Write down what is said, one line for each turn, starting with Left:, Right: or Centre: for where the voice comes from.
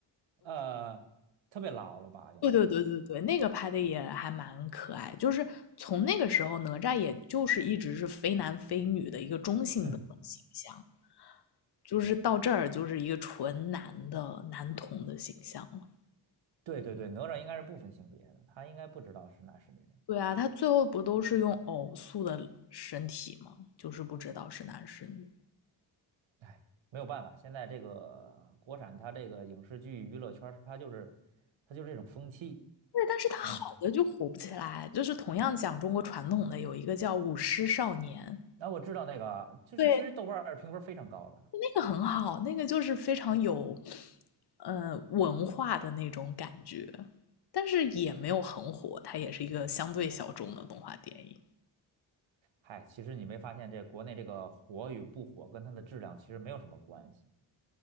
Right: 呃，特别老了吧，应该是是吗？
Left: 对对对对对，那个拍的也还蛮可爱。就是从那个时候，哪吒也就是一直是非男非女的一个中性的形象。
Right: 嗯，
Left: 就是到这儿就是一个纯男的男童的形象了。
Right: 对对对，哪吒应该是不分性别的，他应该不知道是男是女。
Left: 对啊，他最后不都是用偶塑的身体吗？就是不知道是男是女。
Right: 哎，没有办法，现在这个国产它这个影视剧娱乐圈儿，它就是它就是这种风气。
Left: 对，但是他好的就火不起来，
Right: 嗯。
Left: 就是同样讲中国传统的，有一个叫舞狮少年，
Right: 那我知道那个，就是其实豆瓣儿评分非常高的。
Left: 对，那个很好，那个就是非常有，呃，文化的那种感觉，但是也没有很火，它也是一个相对小众的动画电影。
Right: 嗨，其实你没发现这国内这个火与不火跟它的质量其实没有什么关系。